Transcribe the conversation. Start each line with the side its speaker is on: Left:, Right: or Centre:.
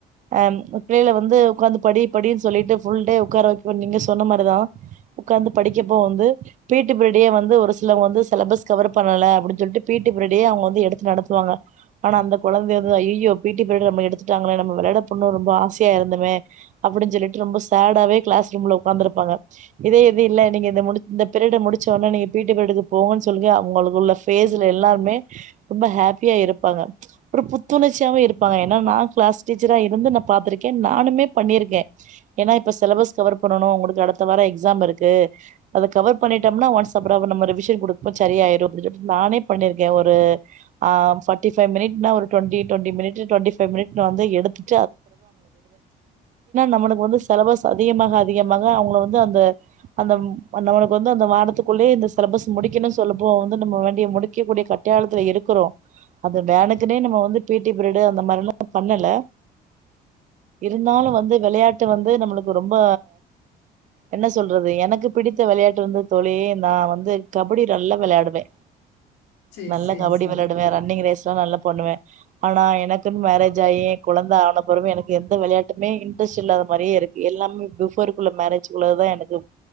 Right: அம் புள்ளையில வந்து ஓக்காந்து படி படின்னு சொல்லிட்டு புல்டே ஒட்கார வ நீங்க சொன்ன மாதிரிதான் உட்காந்து படிக்கப்போ வந்து பீட்டீ பிரியடு வந்து ஒரு சிலவங்க வந்து சிலபஸ் கவர் பண்ணலை அப்படின்னு சொல்லிட்டு பீட்டீ பீரியட அவங்க வந்து எடுத்து நடத்துவாங்க ஆனா அந்த கொழந்தைக வந்து ஐயோ பீட்டீ பீரியட வந்து நம்ம எடுத்துட்டாங்களே நம்ம விளையாட அப்பின்னு ரொம்ப ஆசையா இருந்தமே அப்படினு சொல்லிடு ரொம்ப சாடாவே கிளாஸ் ரூம்ல உக்காந்துருப்பாங்க இதே எது இல்ல நீக இத இந்த பீரியட முடிச்சோனே பீட்டி பீரியடுக்கு போகனு சொல்லி அவுங்களுக்குள்ள பேஸ்ல எல்லாமே ரொம்ப ஹாப்பியா இருப்பாங்க ஒரு புத்துணர்ச்சியாவும் இருப்பாங்க ஏன்னா நா கிளாஸ் டீச்சர் <unintelligible> எனப் பா்த்திருக்கேன் நானுமே பண்ணிருக்கே ஏனா இப்ப சிலபஸ் கவர் பன்னனும் உங்களுக்கு அடுத்த வாரம் எக்சாம் இருக்கு அத கவர் பன்னிடோம்னா ஒன்ஸ் அப்ரோ அத ரிவிசன் குடுக்கப்பச்சரி ஆகிடும் நானே பன்னிருக்க ஒரு ஆ பாடிபய் மினிட்னா ஒரு twenty twenty minute twenty minute நா வந்து எடுத்துப் நம்மளுக்கு வந்து சிலபஸ் அதிகமாக அதிகமாக அவங்கள வந்து அந்த அந்த நம்மளுக்கு வந்து அந்த வாரத்துக்குள்ளயே இந்த சிலபஸ் முடிக்கணும்னு சொல்லப்போ வந்து நம்ம வேண்டிய முடிக்கக்கூடிய கட்டாயத்துல இருக்கிறோ அது வேனுக்குனே நம்ம வந்து பிடி பீரியடு அந்த மாரிலா பண்ணல இருந்தாலும் வந்து வெளையாட்டு வந்து நம்மளுக்கு ரொம்ப என்ன சொல்றது எனக்கு பிடித்த விளையாட்டு வந்து தோழி நா வந்து கபடி நல்லா விளையாடுவே
Left: சேரி
Right: நல்ல
Left: சேரி
Right: கபடி
Left: சேரி
Right: விளையாடுவேன் ரன்னிங் ரேஸ்லா நல்லா பண்ணுவேன் ஆனா எனக்குன்னு மேரேஜ் ஆயி கொழந்தை ஆனப்புறமே எனக்கு எந்த விளையாட்டுமே இன்ட்ரெஸ்ட் இல்லாத மாதிரியே இருக்கு எல்லாமே பிபோர்கக்குுள்ள மேரேஜ்க்குள்ளதான் எனக்கு